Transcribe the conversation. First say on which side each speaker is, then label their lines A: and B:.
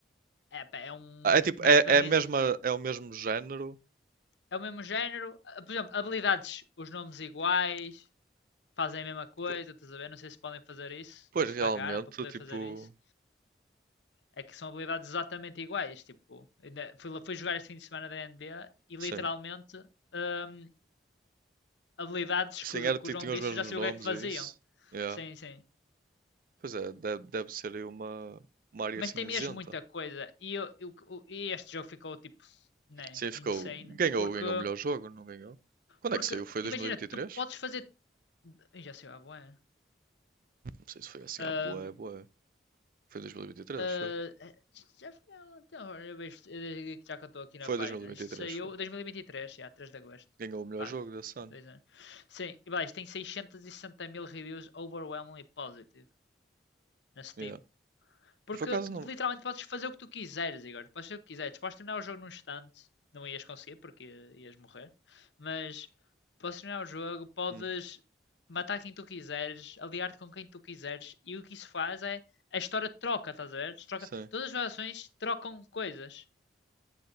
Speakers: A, on the left; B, on the right.
A: É, pá, é um.
B: Ah, É tipo,
A: Mas
B: é,
A: para
B: é
A: mim
B: a mesma, é o mesmo género.
A: é o mesmo género. Eh, Por exemplo, habilidades, os nomes iguais, fazem a mesma coisa,
B: Po-
A: estás a ver? Não sei se podem fazer isso,
B: Pois
A: ou se
B: realmente,
A: pagaram para poder
B: tipo,
A: fazer isso. É que são habilidades exatamente iguais. Tipo, fui, fui jogar este fim de semana da NBA e literalmente
B: sim.
A: hum, habilidades que
B: Sim,
A: o,
B: era
A: que
B: ti-
A: o João
B: tinha
A: disse,
B: os mesmos
A: eu já sei
B: nomes
A: o que é que faziam.
B: é isso. Yeah.
A: Sim, sim.
B: Pois é, deve, deve ser aí uma, uma área
A: Mas
B: cinzenta.
A: tem mesmo muita coisa. E, eu, eu- e este jogo ficou tipo, né,
B: Sim, ficou.
A: insane.
B: Ganhou,
A: Porque,
B: ganhou o melhor jogo, não ganhou? Quando
A: porque
B: é que saiu? Foi 2023?
A: imagina, tu podes fazer. Já sei lá, boa.
B: Não sei se foi assim,
A: Ahm,
B: ah, boa. boé. Foi 2023,
A: ah,
B: foi.
A: eh, já foi há um tempo, eu vejo- eh, já que eu estou aqui na
B: Foi
A: página.
B: 2023,
A: Isto saiu
B: foi.
A: 2023, já, 3 de agosto.
B: Ganhou o melhor
A: Pá,
B: jogo desse ano.
A: dois anos. Sim, e vai, isto tem 660 mil reviews overwhelmingly positive na Steam.
B: Yeah.
A: Porque
B: Mas por acaso
A: tu
B: não.
A: literalmente podes fazer o que tu quiseres, Igor. Podes fazer o que quiseres. Podes terminar o jogo num instante. Não ias conseguir porque ia- ias morrer. Mas podes terminar o jogo, podes
B: Hum,
A: matar quem tu quiseres, aliar-te com quem tu quiseres. E o que isso faz é a história troca, estás a ver? Troca,
B: sim.
A: todas as gerações trocam coisas.